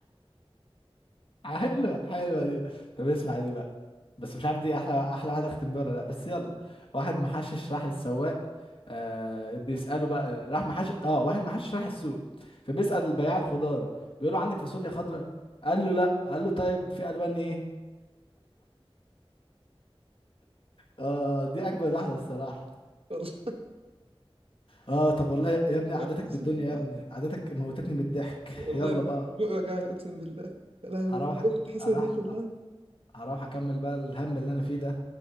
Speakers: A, on the left; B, on the right.
A: حلوة حلوة دي طب اسمع دي بقى بس مش عارف دي احلى احلى واحدة اختم بيها ولا لا بس يلا واحد محشش راح للسواق آه بيسأله بقى راح محشش اه واحد محشش راح السوق فبيسأل البياع الخضار بيقول له عندك فاصوليا خضراء قال له لا قال له طيب في الوان ايه اه دي اجمل واحدة الصراحة
B: <laughs> والله
A: اه طب والله يا يا ابني قعدتك
B: بحس
A: بالدنيا
B: إن-
A: يا ابني قعدتك موتتني بالضحك
B: والله
A: يلا
B: انا
A: بقى
B: أنا بقي وجعني اقسم بالله يا لهوي
A: اروح
B: أنا
A: أك-
B: كنت حاسس
A: اروح
B: إن أنا داخل والله
A: هروح اكمل بقى الهم اللي انا فيه ده